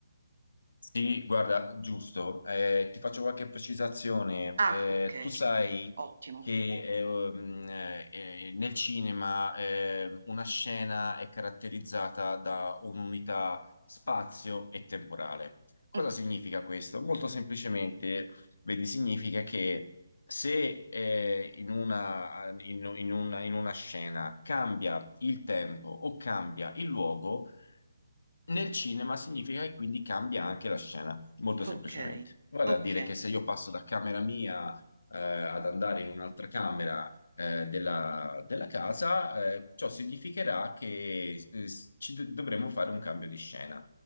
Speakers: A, on the left; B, on the right.
A: Sì, guarda, giusto, Eh, ti faccio qualche precisazione. Eh,
B: Ah, ok,
A: tu sai
B: ottimo.
A: che eh, um, eh, eh, nel cinema eh, una scena è caratterizzata da un'unità spazio e temporale. Cosa
B: Mm,
A: significa questo? Molto semplicemente, vedi, significa che se eh, in una, in in una in una scena cambia il tempo o cambia il luogo, nel cinema significa che quindi cambia anche la scena, molto
B: Ok,
A: semplicemente. Vale
B: ok.
A: a dire che se io passo da camera mia eh, ad andare in un'altra camera eh, della, della casa, eh, ciò significherà che eh, ci do- dovremo fare un cambio di scena.